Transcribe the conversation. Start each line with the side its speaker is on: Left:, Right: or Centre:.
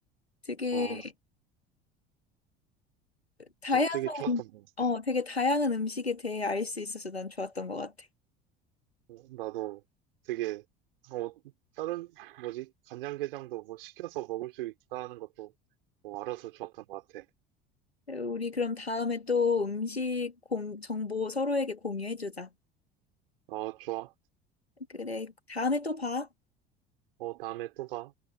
Left: 되게
Right: 아,
Left: 다양한,
Right: 어, 되게 좋았던 것 같아.
Left: 어, 되게 다양한 음식에 대해 알 수 있어서 난 좋았던 것 같아.
Right: 어, 나도 되게, 어, 다른, 뭐지, 간장게장도 뭐 시켜서 먹을 수 있다는 것도 뭐 알아서 좋았던 것 같아.
Left: 우리 그럼 다음에 또 음식 공, 정보 서로에게 공유해주자.
Right: 아, 좋아.
Left: 그래, 다음에 또 봐.
Right: 어, 다음에 또 봐.